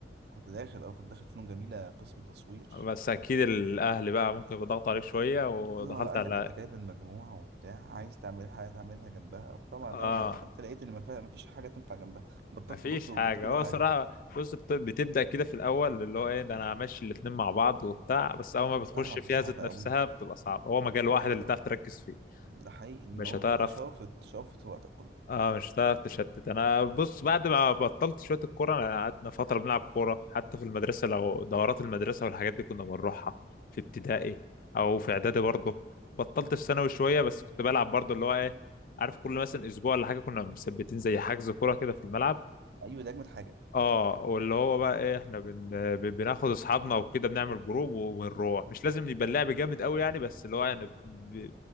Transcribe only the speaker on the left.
بس اكيد الاهل بقى ممكن يبقى ضغط عليك شويه ودخلت
على
اه
مفيش
حاجة
هو
صراحة بص بت- بتبدأ كده في الأول اللي هو إيه ده أنا همشي الاتنين مع بعض وبتاع بس أول ما بتخش
فيها
ذات
نفسها بتبقى صعبة هو مجال واحد
اللي
تعرف تركز فيه
مش
هتعرف
اه مش هتعرف تشتت أنا بص بعد ما بطلت شوية الكورة أنا قعدنا فترة بنلعب كورة حتى في المدرسة لو دورات المدرسة والحاجات دي كنا بنروحها في ابتدائي أو في إعدادي برضه بطلت في ثانوي شوية بس كنت بلعب برضه اللي هو إيه عارف كل مثلا أسبوع ولا حاجة كنا مثبتين زي حجز كورة كده في الملعب
اه واللي هو بقى ايه احنا بن... ب- بناخد اصحابنا وكده بنعمل جروب و- ونروح مش لازم يبقى اللعب جامد قوي يعني بس اللي هو يعني ب...